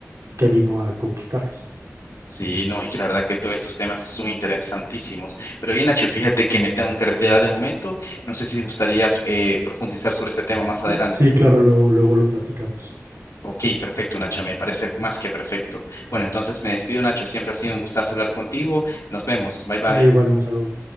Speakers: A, on the right; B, on the left.
A: que vino a conquistarlos.
B: Sí, no, es que la verdad que todos esos temas son interesantísimos. Pero bien, Nacho, fíjate que me tengo que retirar de momento. No sé si gustarías eh, profundizar sobre ese tema más adelante.
A: Sí, claro, luego, luego lo platicamos.
B: Ok, perfecto, Nacho, me parece más que perfecto. Bueno, entonces me despido, Nacho. Siempre ha sido un gustazo hablar contigo. Nos vemos. Bye, bye.
A: Va igual un saludo.